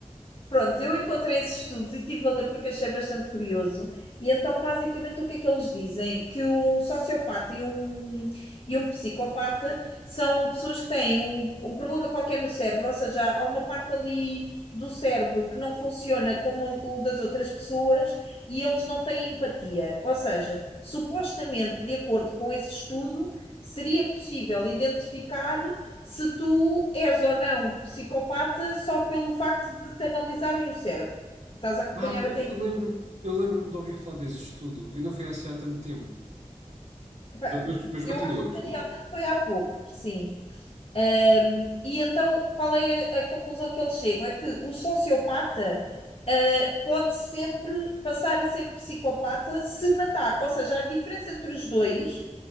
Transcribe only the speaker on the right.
Ah, eu,
eu
lembro, eu lembro-me de ouvir falar desse estudo, e não foi assim há tanto tempo.
Mas, mas
continua,
desculpa.